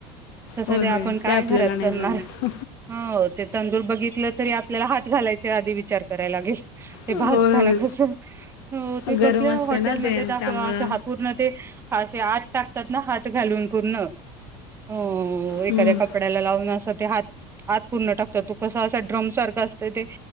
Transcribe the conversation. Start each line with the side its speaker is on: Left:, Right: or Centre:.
Right: तसं
Left: होय
Right: ते
Left: होय
Right: आपण काय
Left: आपल्याला
Right: घरात
Left: नाही
Right: करणार?
Left: जमत
Right: हो, हो, ते तंदूर बघितलं तरी, आपल्याला हात घालायचं- ते आधी विचार कराय लागेल, ते
Left: होय
Right: भाजताना
Left: होय
Right: कस- हो ते
Left: गरम
Right: बघले
Left: असते
Right: हॉटेलमध्ये
Left: ना ते
Right: दाखवल,
Left: त्यामुळं
Right: अस हात पूर्ण ते- आशी आत टाकतात ना, हात घालून पूर्ण. हो, एखाद्या
Left: हम्म,
Right: कपड्याला लावून असं ते हात- आत पूर्ण टाकतात, तो कसा असा ड्रम सारखा असतय ते-